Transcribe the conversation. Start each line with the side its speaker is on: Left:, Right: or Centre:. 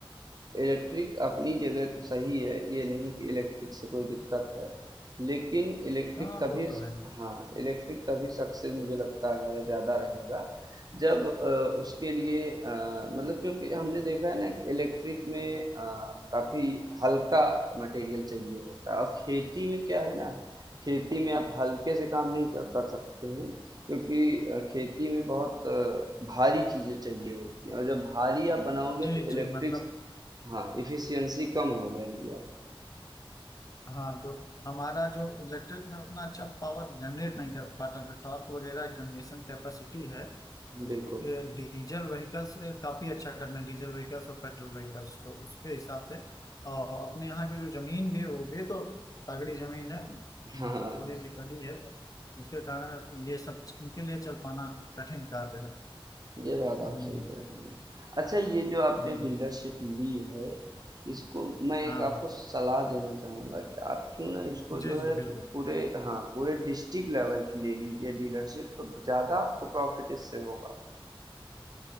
Right: इलेक्ट्रिक अपनी जगह तो सही है ये नहीं कि इलेक्ट्रिक से कोई दिक्कत है लेकिन इलेक्ट्रिक
Left: हाँ
Right: तभी
Left: वो तो है
Right: हाँ इलेक्ट्रिक तभी सक्सेस मुझे लगता है ज्यादा रहेगा जब अ, उसके लिए अ, मतलब क्योंकि हमने देखा है ना कि इलेक्ट्रिक में अ, काफी हल्का मटेरियल चाहिए होता है और खेती में क्या है ना खेती में आप हल्के से काम नहीं च- कर सकते हैं क्योंकि अ, खेती में बहुत अ, भारी चीजें चाहिए होती हैं और जब भारी आप बनाओगे
Left: जी
Right: तो इलेक्ट्रिक
Left: जी मतलब
Right: हाँ इफिशियंसी कम हो जाएगी आप
Left: हाँ जो हमारा जो इलेक्ट्रिक में उतना अच्छा पावर जनरेट नहीं कर पाता जो टॉर्क वगैरह जनरेशन कैपेसिटी है वो,
Right: बिल्कुल
Left: ये डीजल व्हीकल्स काफी अच्छा करना है डीजल व्हीकल्स और पेट्रोल व्हीकल्स तो उसके हिसाब से और अपने यहाँ की जो जमीन भी है, वो भी तो तगड़ी जमीन है
Right: हाँ
Left: मतलब थोड़ी सी कड़ी है तो उसके कारण ये सब इनके लिए चल पाना कठिन कार्य है
Right: ये बात
Left: हम्म
Right: आप सही कह रहे हैं अच्छा ये जो आपने
Left: हम्म,
Right: डीलरशिप ली है इसको मैं
Left: हाँ
Right: एक आपको सलाह देना चाहूंगा कि आप क्यों ना इसको
Left: जी
Right: जो
Left: जी
Right: है
Left: बिल्कुल
Right: पू- पूरे हाँ पूरे डिस्ट्रिक्ट लेवल की ले लीजिए डीलरशिप तो ज्यादा आपको प्रॉफिट इससे होगा